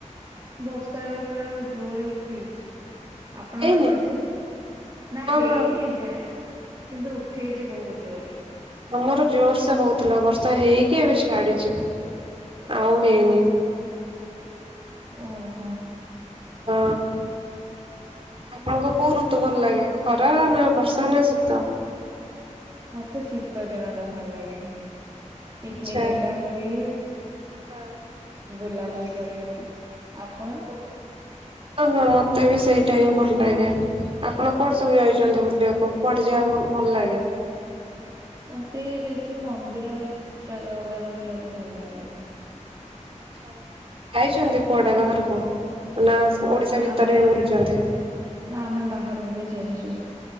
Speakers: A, on the right (about 30°); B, on the right (about 45°).
A: ବର୍ଷା ଏବେ ପୁରା ଜୋରରେ ଉଠେଇଚି। ଆପଣଙ୍କର
B: ହେଇନି
A: ସେଠି ନା
B: ହଁ
A: ହେଇନି
B: ହଁ
A: ଏଯାଏଁ। କିନ୍ତୁ ଉଠେଇଚି ବହୁତ୍ ଜୋରରେ।
B: ଆମର ଜୋରସେ ହଉଥିଲା ବର୍ଷା ହେଇକି ଏବେ ଛାଡିଚି ଆଉ ହେଇନି।
A: ଓହୋ।
B: ହଁ। ଆପଣଙ୍କୁ କୋଉ ଋତୁ ଭଲ ଲାଗେ ଖରା ନା ବର୍ଷା ନା ଶୀତ?
A: ମତେ ଶୀତ ଦିନଟା ଭଲ ଲାଗେ ପିକନିକ୍
B: ଆଚ୍ଛା
A: ଏକା ହୁଏ
B: ହଁ
A: ବୁଲାବୁଲି କରିବାକୁ, ଆପଣଙ୍କୁ?
B: ହଁ-ହଁ ମତେ ବି ସେଇ ଟାଇମ୍ ଭଲ ଲାଗେ, ଆପଣ କୁଆଡେ ସବୁ ଯାଇଚନ୍ତି ବୁଲିବାକୁ? କୁଆଡେ ଯିବା ଭଲ୍-ଭଲ୍ ଲାଗେ?
A: ମତେ ବେଶି ମନ୍ଦିର ଜାଗା ଗୁଡାକୁ ଯିବାକୁ ଭଲ ଲାଗେ।
B: ଆଛା ଯାଇଛନ୍ତି କୁଆଡେ ବାହାରକୁ ନା
A: ଉଁ
B: ଓଡିଶା ଭିତରେ
A: ଆମେ
B: ହିଁ ବୁଲିଚନ୍ତି?
A: ନା ଆମେ ବାହାରକୁ ବି ଯାଇଚୁ।